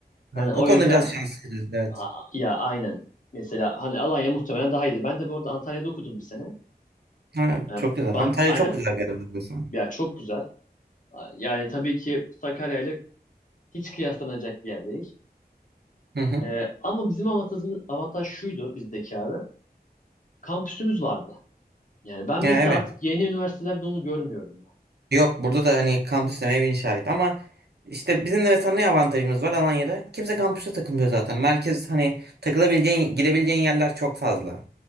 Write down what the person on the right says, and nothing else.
Evet,
o konuda
biraz şanslıyız. Evet.
Ha,
çok güzel.
Antalya
çok güzel bir yer biliyorsun.
Hı hı.
Ya
evet.
Yok burada da hani kampüs demeye bin şahit ama işte bizim de mesela ne avantajımız var Alanya'da? Kimse kampüse takılmıyor zaten. Merkez hani takılabileceğin, girebileceğin yerler çok fazla.